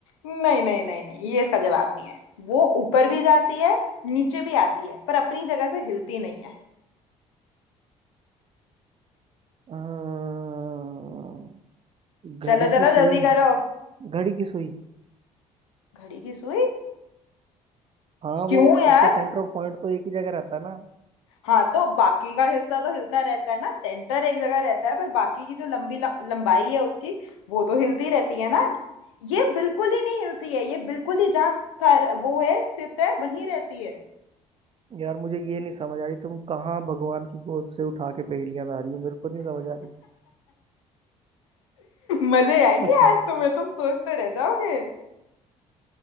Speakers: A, on the left; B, on the right.
A: नहीं नहीं नहीं नहीं ये इसका जवाब नहीं है वो ऊपर भी जाती है नीचे भी आती है पर अपनी जगह से हिलती नहीं है
B: अं, घड़ी
A: चलो
B: की
A: चलो
B: सुई
A: जल्दी करो
B: घड़ी की सुई
A: घड़ी की सुई
B: हाँ
A: क्यों
B: वो
A: यार
B: उसका सेंटर ऑफ पॉइंट तो एक ही जगह रहता है ना
A: हाँ तो बाकी का हिस्सा तो हिलता रहता है ना सेंटर एक जगह रहता है पर बाकी की जो लंबी ल- लंबाई है उसकी वो तो हिलती रहती है ना ये बिल्कुल ही नहीं हिलती है ये बिल्कुल ही जहाँ स्तर वो है स्थित है वहीं रहती है
B: यार मुझे ये नहीं समझ आ रही तुम कहाँ भगवान की गोद से उठा के पहेलियां ला रही हो मेरे को नहीं समझ आ रही
A: मजे आएंगे
B: <laughs>
A: आज तुम्हें तुम सोचते रह जाओगे